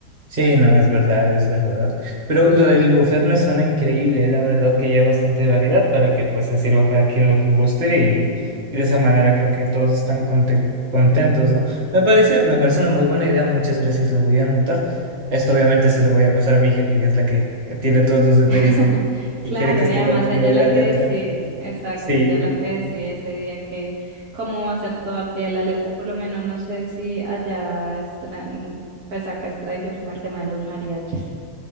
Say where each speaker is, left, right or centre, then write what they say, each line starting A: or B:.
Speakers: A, on the right; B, on the right.
A: Sí, no, es verdad, es verdad. Pero lo del buffet me suena increíble, la verdad que ya bastante variedad para que pues se sirva a cada quien lo que guste y, y de esa manera creo que todos están conten- contentos, ¿no? Me parece, me parece una muy buena idea, muchas gracias, la voy a anotar. Esto obviamente se lo voy a pasar a mi hija, que ella es la que tiene todos los detalles
B: <laughs>
A: ahí y
B: Claro,
A: quiere que esté
B: y además
A: al pie
B: ella
A: de
B: es
A: la
B: la que
A: letra.
B: decide, exacto,
A: Sí.
B: ella es la que decide ese día que cómo va a ser todo al pie de la letra. Por lo menos no sé si allá, es tra- mm, pues acá es tradición como el tema de los mariachis.